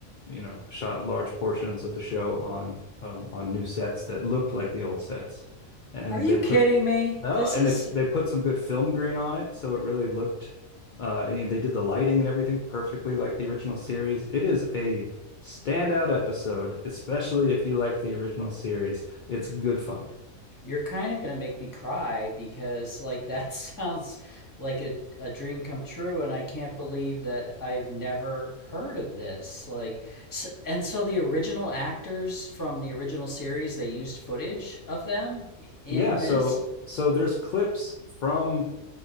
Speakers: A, on the left (about 85°); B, on the left (about 20°).
A: you know, shot large portions of the show on um, on new sets that looked like the old sets, and
B: Are you
A: they
B: kidding
A: put
B: me?
A: no,
B: This
A: and
B: is
A: they they put some good film grain on it, so it really looked. Uh, you they did the lighting and everything perfectly like the original series. It is a standout episode, especially if you like the original series. It's good fun.
B: You're kind of going to make me cry because, like, <laughs> that sounds like a, a dream come true, and I can't believe that I've never heard of this. Like, s and so the original actors from the original series, they used footage of them in
A: Yeah,
B: this,
A: so so there's clips from